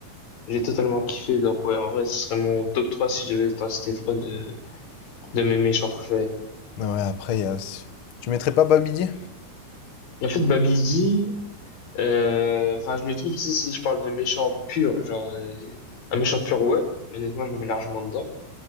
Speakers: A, on the left; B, on the left.
A: j'ai totalement kiffé. Donc ouais, en vrai, ce serait mon top 3 si je devais en citer 3 de, de mes méchants préférés.
B: Ah Ouais, après, il y a... Tu mettrais pas Babidi?
A: Et en fait, Babidi, euh, enfin, je le trouve, tu sais, si je parle de méchant pur, genre, euh, un méchant pur, ouais, honnêtement, je me mets largement dedans.